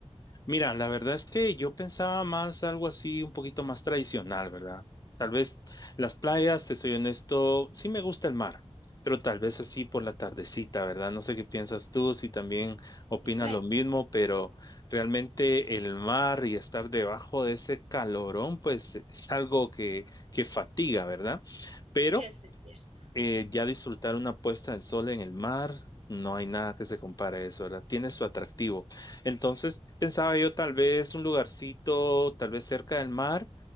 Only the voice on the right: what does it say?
Y pues,
sí, eso es cierto.